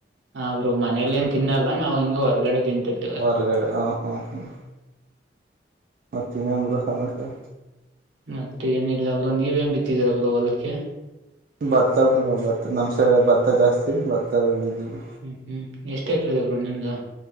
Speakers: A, on the right; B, on the right.
A: ಹಾ ಬ್ರೋ ಮನೇಲಿ ಏನ್ ತಿನ್ನಲ್ಲಾ ನಾವು ಹಿಂಗ ಹೊರ್ಗಡೆ ತಿಂತೇವಿ
B: ಹೊರಗಡೆ ಹ ಹ್ಮ ಹ್ಮ್ ಮಾತೆ ಏನೂ ಬ್ರೋ ಸಮಸೆ
A: ಮತ್ತ ಏನು ಇಲ್ಲ ಬ್ರೋ ನೀವೇನ್ ಬಿತ್ತಿದೀರ ಬ್ರೋ ಹೊಲಕೆ
B: ಭತ್ತ ಬ್ರೋ ಭತ್ತ ನಮ್ ಸೈಡ್ ಭತ್ತ ಜಾಸ್ತಿ ಭತ್ತಿ ಬೀಳುದೇವೆ
A: ಹ್ಮ್ ಹ್ಮ್ ಎಷ್ಟ ಹಾಕರ್ ಬ್ರೋ ನಿಮ್ದು